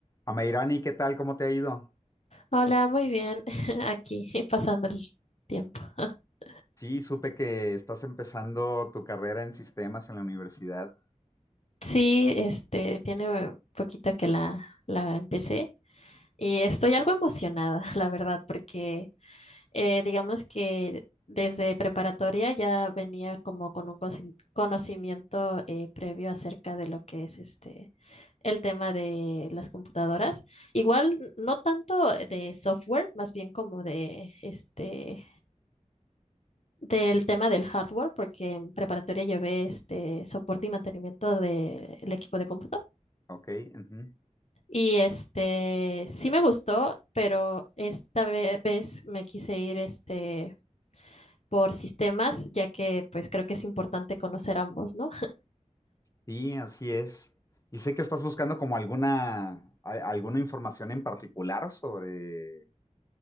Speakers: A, on the left (about 25°); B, on the left (about 55°).
A: Amairani, ¿qué tal? ¿Cómo te ha ido?
B: Hola, muy bien. <laughs> Aquí <laughs> pasando el tiempo. <laughs>
A: Sí, supe que estás empezando tu carrera en sistemas en la universidad.
B: Sí, este, tiene poquito que la, la empecé y estoy algo emocionada, <laughs> la verdad, porque eh, digamos que desde preparatoria ya venía como con un cosi- conocimiento eh, previo acerca de lo que es este el tema de las computadoras. Igual no tanto eh, de software, más bien como de este del tema del hardware, porque en preparatoria llevé este soporte y mantenimiento del equipo de cómputo.
A: Ok, ujú.
B: Y este sí me gustó, pero esta ve- vez me quise ir este por sistemas, ya que pues creo que es importante conocer ambos, ¿no?
A: Sí, así es. Y sé que estás buscando como alguna, a- alguna información en particular sobre